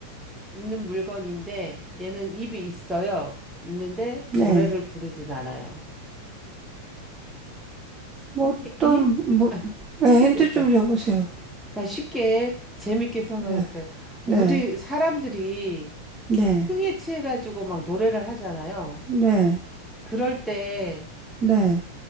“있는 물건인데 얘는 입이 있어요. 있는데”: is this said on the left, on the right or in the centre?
Centre